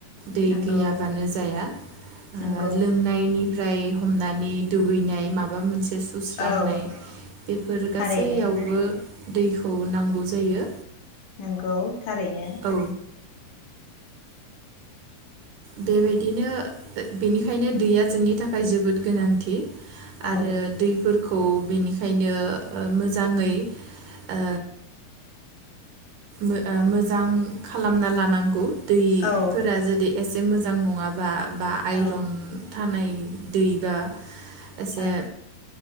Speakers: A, on the right (about 70°); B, on the left (about 60°).
A: दै
B: नंगौ
A: गैयाबानो जाया ओ
B: नंगौ
A: लोंनायनिफ्राय हमनानै दुगैनाय माबा मोनसे सुस्रांनाय
B: औ
A: बेफोर
B: थारैनो
A: गासैयावबो दैखौ नांगौ जायो।
B: नोंगौ थारैनो
A: औ बेबायदिनो ओ बेनिखायनो दैया जोंनि थाखाय जोबोद गोनांथि
B: औ
A: आरो दैफोरखौ बिनिखायनो ओ मोजाङै ओ मो-मोजां खालामना लानांगौ दैफोरा
B: औ
A: जुदि एसे मोजां नङाबा बा आइरन
B: औ
A: थानाय दैबा एसे
B: औ